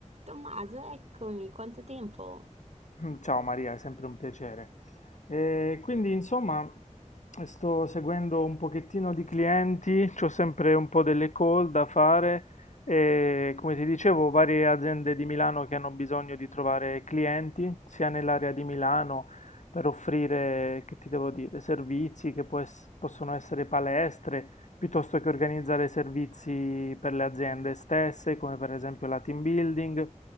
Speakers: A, on the right (about 55°); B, on the left (about 70°).
A: Tommaso, eccomi, quanto tempo?
B: Mm, Ciao Maria, è sempre un piacere. E quindi insomma sto seguendo un pochettino di clienti, ho sempre un po' delle call da fare e come ti dicevo varie aziende di Milano che hanno bisogno di trovare clienti, sia nell'area di Milano per offrire, che ti devo dire, servizi che può ess- possono essere palestre, piuttosto che organizzare servizi per le aziende stesse, come per esempio la team building.